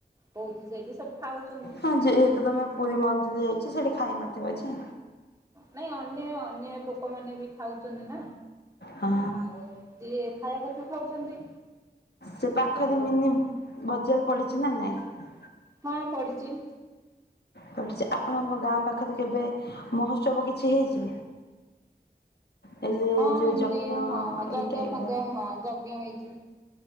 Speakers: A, on the right; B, on the left.
A: ହଉଛି ସେଇଠି ଖାଉଛନ୍ତି
B: ହଁ ଯେହେତୁ ତମେ ପୁରୀ ମନ୍ଦିର ଯାଇଛ ଖାଇ ନଥିବ ଯେ
A: ନାଇଁ ଅନ୍ୟ ଅନ୍ୟ ଲୋକମାନେ ବି ଖାଉଛନ୍ତି ନା।
B: ହଁ
A: ଆଉ ଯିଏ ଖାଇବା କଥା ଖାଉଛନ୍ତି।
B: ସେ ପାଖରେ
A: ଆଉ
B: ମିନି ବଜାର। ପଡ଼ିଛି ନା ନାଇଁ?
A: ହଁ ପଡିଛି।
B: ପଡ଼ିଛି ଆପଣଙ୍କ ଗାଁ ପାଖରେ କେବେ ମହୋତ୍ସବ କିଛି ହେଇଛି? ହେଲେ
A: ହଁ
B: ଯୋଉ
A: ଏମିତି
B: ଯଜ୍ଞ
A: ହଁ
B: ଏଇ
A: ଜଞ
B: ଟାଇପ
A: ଫଜ୍ଞ
B: ର
A: ହଁ। ଜ୍ଞ ହେଇଛି।